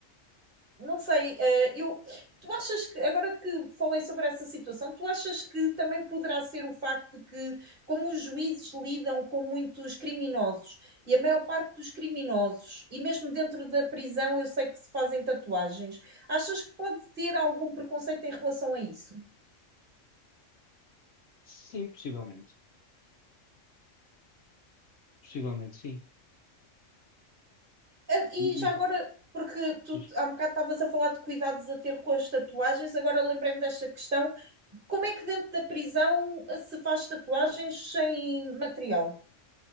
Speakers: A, on the right; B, on the left.
A: Não sei, eh, eu, tu achas que, agora que falei sobre essa situação, tu achas que também poderá ser o facto de que, como os juízes lidam com muitos criminosos, e a maior parte dos criminosos, e mesmo dentro da prisão, eu sei que se fazem tatuagens, achas que pode ter algum preconceito em relação a isso?
B: Sim, possivelmente. Possivelmente, sim.
A: Eh,
B: Muito,
A: E já agora, porque tu
B: diz.
A: há um bocado estavas a falar de cuidados a ter com as tatuagens, agora lembrei-me desta questão, como é que dentro da prisão eh, se faz tatuagens sem material?